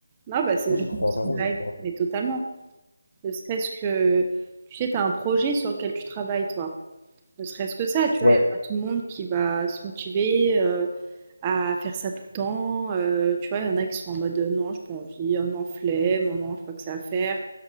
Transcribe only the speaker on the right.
Non, bah, c'est
<laughs>
c'est
une blague,
mais totalement. Ne serait-ce que, tu sais, tu as un projet sur lequel tu travailles, toi. Ne serait-ce que ça, tu
vois, il y a pas tout le monde qui va se motiver, heu, à faire ça tout le temps, heu, tu vois? Il y en a qui sont en mode, heu: «Non, j'ai pas envie», «Oh non, flemme», «Oh non, je j'ai pas que ça à faire».